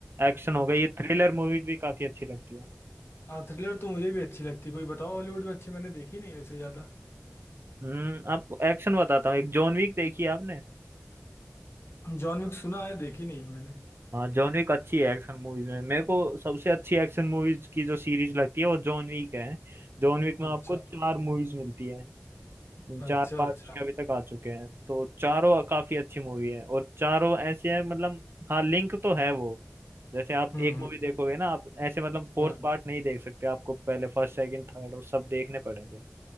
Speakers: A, on the right; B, on the left.
A: एक्शन
B: अच्छा
A: हो गई ये
B: अच्छा।
A: थ्रिलर मूवीज भी काफी अच्छी लगती है
B: हाँ थ्रिलर तो मुझे भी अच्छी लगती कोई बताओ हॉलीवुड में अच्छी मैंने देखी नहीं वैसे ज्यादा
A: हम्म आपको एक्शन बताता हूँ एक जॉन विक देखी है आपने
B: जॉन विक सुना है देखी नहीं है मैंने
A: हाँ जॉन विक अच्छी है एक्शन मूवीज में मेरे को सबसे अच्छी एक्शन मूवीज की जो सीरीज लगती है वो जॉन विक है जॉन विक में आपको
B: अच्छा
A: चार मूवीज मिलती है
B: अच्छा
A: चार पार्ट
B: अच्छा
A: उसके अभी तक आ चुके हैं तो चारों काफी अच्छी मूवी है और चारों ऐसे हैं मतलब हाँ लिंक तो है वो जैसे आप
B: हम्म
A: एक मूवी
B: हम्म
A: देखोगे ना आप ऐसे मतलब फोर्थ
B: हाँ।
A: पार्ट नहीं देख सकते आपको पहले फर्स्ट सेकंड थर्ड और सब देखने पड़ेंगे